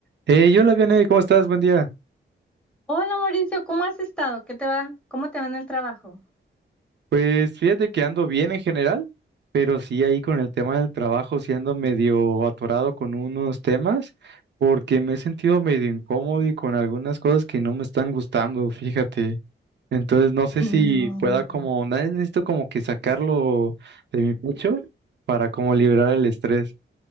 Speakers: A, on the right; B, in the centre.
A: Hey, hola, Vianey, ¿cómo estás? Buen día.
B: Hola Mauricio, ¿cómo has estado? ¿Qué te va? ¿Cómo te va en el trabajo?
A: Pues fíjate que ando bien en general, pero sí ahí con el tema del trabajo, sí ando medio atorado con unos temas, porque me he sentido medio incómodo y con algunas cosas que no me están gustando, fíjate. Entonces no sé
B: No.
A: si pueda como, nada, necesito como que sacarlo de mi pecho para como liberar el estrés.